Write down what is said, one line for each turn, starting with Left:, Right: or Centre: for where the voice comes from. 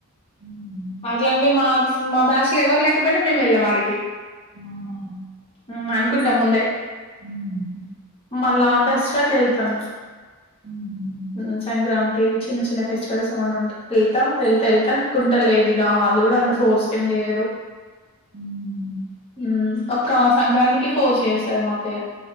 Right: హ్మ్
Left: అట్లంటి మా మా బ్యాచ్ల ఎవర్ లేకపోయిన మేమ్ ఎల్లం ఆడికి
Right: ఔనా
Left: ఉమ్ అనుకుంట ముందే
Right: ఉమ్
Left: మళ్ళా దసరకెళ్తను
Right: ఉమ్
Left: మ్ సంక్రాంతి చిన్న చిన్న ఫెస్టివల్స్ ఏమన్నా ఉంటె ఎళ్తా ఎళ్తా ఎళ్తా కుంట లేది ఆ వాళ్ళు గుడా అంత
Right: ఊహూ. హ్మ్.
Left: ఫోర్స్ ఏం జేయరు
Right: హ్మ్.
Left: ఊమ్ ఒక్క సంక్రాంతికి ఫోర్ చేస్తాది మా అత్తయ్య